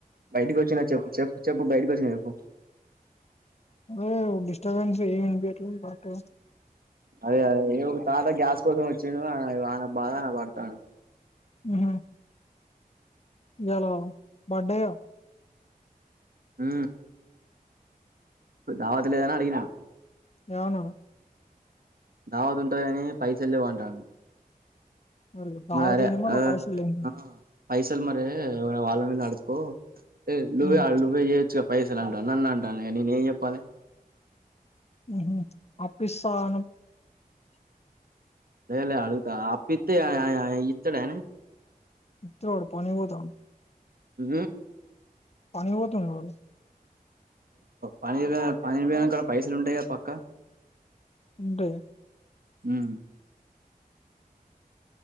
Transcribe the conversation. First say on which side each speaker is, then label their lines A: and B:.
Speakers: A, on the right; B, on the left.
A: బయటికి వచ్చిన చెప్పు చెప్పు చెప్పు బయటకి వచ్చిన చెప్పు
B: ఎవ్ డిస్టర్బెన్సీ ఏమి అట్లా పాటో
A: అదే అదే ఏ ఒక తాత గ్యాస్ కోసం వచ్చిండు ఆయన బాధ ఆయన పడతాండు
B: ఉహు ఇయాలా బర్డే
A: ఊ ధావత్ లేదని అడిగినా
B: ఏమన్నాడు
A: దావతు ఉంటది కాని పైసల్ లేవ్ అంటాండు
B: మరి దావత్
A: మరే
B: ఏంది మళ్ళ
A: ఆ
B: పైసలు ఏంది
A: ఆ పైసలు మరి వాళ్ళ మీద అడుకో నువే
B: ఉమ్
A: నువ్వే చిగా పైసలు అంటాండు నన్ను అంటాండు నేను ఏం చెప్పాలి
B: ఉహు అప్పు ఇస్తావా
A: లే లే అడుగుతా అప్పు ఇత్తే ఆ ఆ ఇత్తడా
B: ఇత్తడు వాడు పోనిగూడదు వాన్ని
A: ఊ
B: పనికి పోతాండు వాడు
A: పని పనినికి పైసలు ఉంటాయా పక్కా
B: ఉంటే
A: ఊ